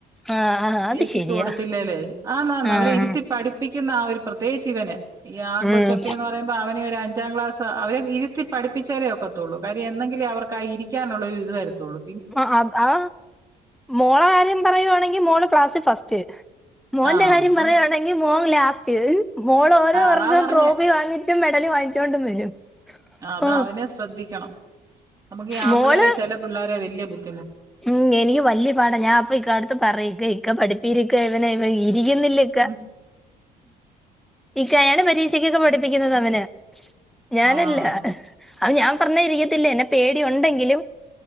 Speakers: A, in the centre; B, on the right (about 20°).
A: ആഹ് ആഹ് അത്
B: ബേസിക്ക്
A: ശരിയാ
B: കൊടുത്തില്ലേല്ലേ ആന്നാ
A: ആഹ്
B: അവരെ ഇരുത്തി പഠിപ്പിക്ക ക്ക് ആ ഒരു പ്രത്യേകിച്ച് ഇവന ഈ ആങ്ക
A: ഉം
B: കൊച്ചൊക്കെന്ന് പറയുമ്പോ അവനെ ഒരു അഞ്ചാം ക്ലാസ് അവരെ ഇരുത്തി പഠിപ്പിച്ചാലേ ഒക്കത്തുള്ളൂ കാര്യ എന്തെങ്കിലേ അവർക്ക് ഇരിക്കാനുള്ള ഒരു ഇത് വരുത്തുള്ളൂ
A: ആ അ ആ മോളെ കാര്യം പറയുവാണെങ്കിൽ മോള് ക്ലാസ് ഫസ്റ്റ് മോന്റെ
B: ആഹ്
A: കാര്യം
B: അപ്പം
A: പറയുയാണെങ്കിൽ മോൻ ലസ് മോൾ ഓരോ വർഷവും
B: അതാ പറഞ്ഞേ
A: ട്രോഫി വാങ്ങിച്ചും മെഡല് വാങ്ങിച്ചോൊണ്ടും വരും
B: അത
A: ഓ
B: അവനെ ശ്രദ്ധിക്കണം നമുക്ക് ഈ ആ
A: മോള്
B: പിള്ളേരെ ചെില പിള്ളേരെ വല്ിയ ബുദ്ധി
A: ഉം എനിക്ക് വല്യ പാടാ ഞാൻ അപ്പൊ ഇക്ക അടുത്ത് പറയക്ക ഇക്ക പഠിപ്പിരിക്ക ഇവന ഇ ചെയ്യുന്നില്ലക്ക
B: ഉം
A: ഇക്കയാണ് പരീക്ഷക്കൊക്കെ പഠിപ്പിക്കുന്നത് അവന് ഞാനല്ല
B: ആഹ്
A: അത് ഞാൻ പറഞ്ഞ ഇരിക്കത്തില്ല എന്നെ പേടി ഉണ്ടെങ്കിലും